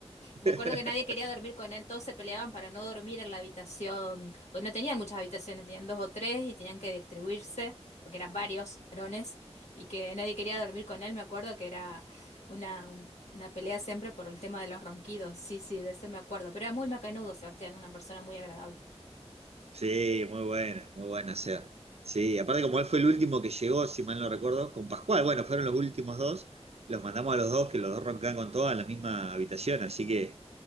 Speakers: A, on the left (about 80°); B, on the right (about 65°).
A: Me
B: <laughs>
A: acuerdo que nadie quería dormir con él, todos se peleaban para no dormir en la habitación, pues no tenían muchas habitaciones, tenían dos o tres y tenían que distribuirse, porque eran varios varones, y que nadie quería dormir con él, me acuerdo que era una, un- una pelea siempre por el tema de los ronquidos, sí, sí, de eso me acuerdo, pero era muy macanudo, Sebastián, una persona muy agradable,
B: Sí, muy buena, muy buena, o sea. Sí, aparte como él fue el último que llegó, si mal no recuerdo, con Pascual, bueno, fueron los últimos dos, los mandamos a los dos, que los dos roncaban con todas en la misma habitación, así que